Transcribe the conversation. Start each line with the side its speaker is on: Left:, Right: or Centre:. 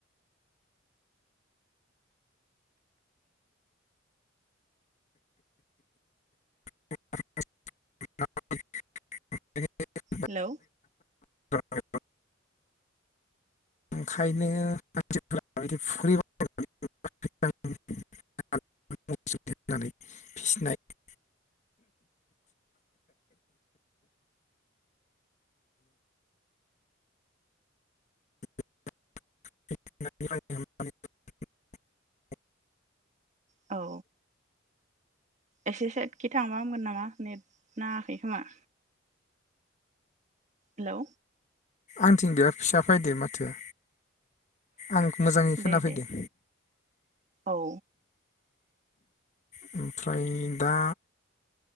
Left: <unintelligible>
Right: हेलौ।
Left: <unintelligible> ओंखायनो मानसिफोरा <unintelligible> <unintelligible> नानै फिसिनाय <unintelligible>
Right: औ। एसे साइदखि थांबा हामगोन नामा नेट नाङाखै खोमा। हेलौ।
Left: आंथिं बिराद फिसा फायदो माथोआ। आंनिखै मोजाङै खोनाफैदो।
Right: दे दे औ।
Left: ओमफ्राय दा